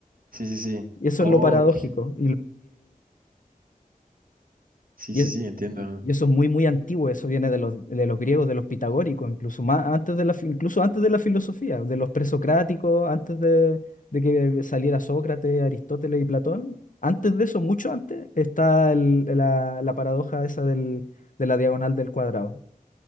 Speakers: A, on the right; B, on the left.
A: Sí, sí, sí.
B: Y eso
A: Ok.
B: es lo paradójico
A: Sí,
B: Y,
A: sí,
B: es-
A: sí, entiendo.
B: y y eso es muy, muy antiguo, eso viene de los, de los griegos, de los pitagóricos, incluso más antes de la, fi- incluso antes de la filosofía, de los presocráticos, antes de, de que saliera Sócrates, Aristóteles y Platón. Antes de eso, mucho antes, está el- la, la paradoja esa del, de la diagonal del cuadrado.